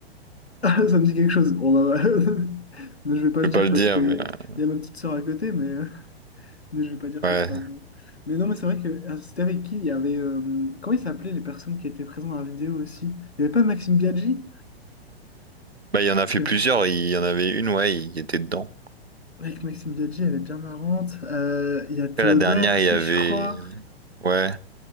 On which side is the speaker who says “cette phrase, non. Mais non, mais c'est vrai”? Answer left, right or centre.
Left